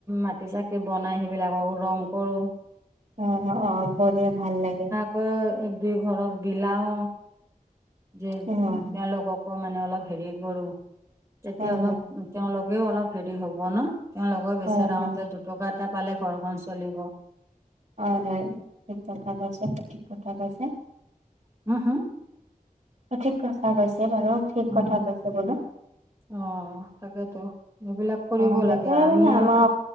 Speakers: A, on the right; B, on the right.
A: মাটিৰ চাকি বনাই সেইবিলাককো ৰং কৰোঁ।
B: অ' অ' বধে ভাল লাগে।
A: এই এক দুই ঘৰক বিলাও। যে
B: অ হয়
A: তেওঁলোককো মানে অলপ হেৰি কৰোঁ। তেতিয়া
B: হয়
A: অলপ তেওঁলোকেও অলপ হেৰি হ'ব ন তেওঁলোকে বেচেৰা
B: হয় হয়
A: হতে দুটকা এটা পালে ঘৰখন চলিব
B: অ হয় শুদ্ধ কথা কৈছে সঠিক কথা কৈছে
A: হু হুউ
B: ঠিক কথা কৈছে বাৰু, ঠিক
A: উম,
B: কথা কৈছে বোলো।
A: অ' তাকেতো এইবিলাক কৰিব
B: অ সেইটোয়ে
A: লাগে
B: মানে
A: আমি
B: আমাৰ
A: আৰ